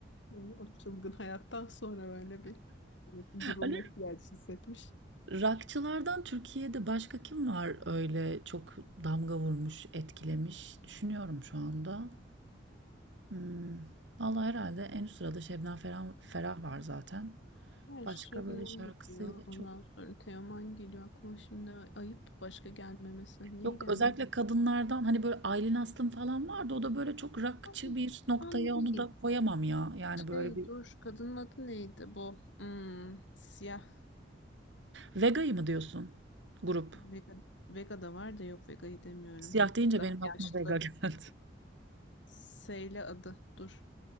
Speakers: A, on the left (about 85°); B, on the right (about 85°).
A: Yani O çılgın hayattan sonra böyle bir bir durulma
B: Ali
A: ihtiyacı hissetmiş.
B: rockçılardan Türkiye'de başka kim var öyle çok damga vurmuş, etkilemiş? Düşünüyorum şu anda. Hmm. Vallahi herhalde en üst sırada Şebnem Ferah, Ferah var zaten.
A: Her
B: Başka
A: Şebnem
B: böyle şarkısıyla
A: geliyor. Ondan
B: çok
A: sonra Teoman geliyor. Aklıma şimdi ayıp başka gelmemesi. Niye
B: Yok
A: gelmedi?
B: özellikle kadınlardan hani böyle Aylin Aslım falan vardı. O da böyle çok rockçı
A: An,
B: bir noktaya
A: an değil.
B: onu da koyamam ya. Yani böyle
A: Hey
B: bir
A: dur kadının adı neydi bu? Hmm, siyah
B: Vega'yı mı diyorsun grup?
A: Vega, Vega da var da yok Vega'yı demiyorum.
B: Siyah deyince
A: Daha
B: benim
A: yaşlı.
B: aklıma Vega geldi.
A: Seyle adı dur.